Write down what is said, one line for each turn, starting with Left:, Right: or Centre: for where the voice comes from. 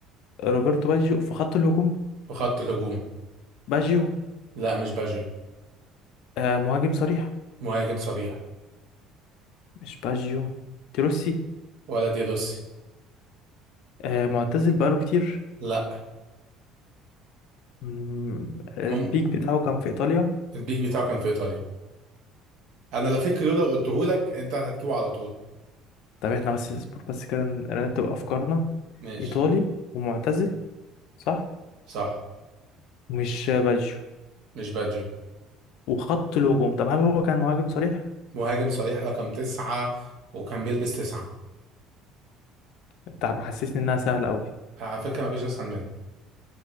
Left: روبرتو باجيو في خط الهجوم
Right: في خط الهجوم
Left: باجيو
Right: لا مش باجيو
Left: آه، مهاجم صريح
Right: مهاجم صريح
Left: مش باجيو تروسي
Right: ولا دي روسي
Left: آه، معتزل بقاله كتير
Right: لا
Left: مم، البيك
Right: مم...
Left: بتاعه كان في ايطاليا
Right: البيك بتاعه كان في ايطاليا انا لا في كلو لو قلته لك انت هتجيبه على طول
Left: طب احنا بس اصبر بس كده نرتب افكارنا
Right: ماشي
Left: ايطالي ومعتزل صح
Right: صح
Left: مش باجيو
Right: مش باجيو
Left: وخط الهجوم طب هل هو كان مهاجم صريح
Right: مهاجم صريح رقم تسعة وكان بيلبس تسعة
Left: انت محسسني انها سهله قوي
Right: على فكرة مفيش اسهل منه